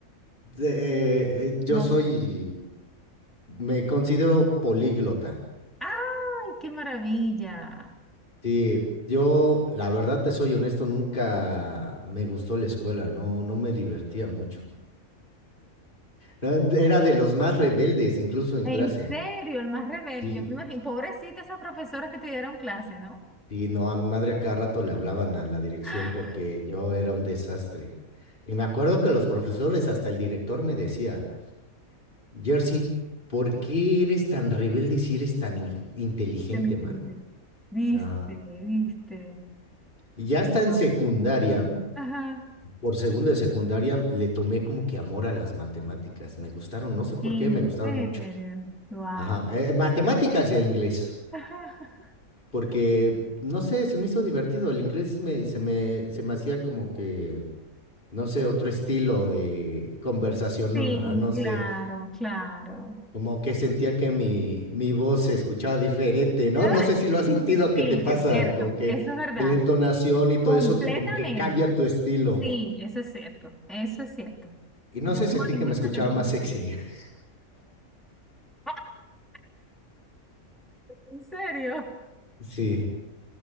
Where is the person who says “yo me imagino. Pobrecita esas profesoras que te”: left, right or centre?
Centre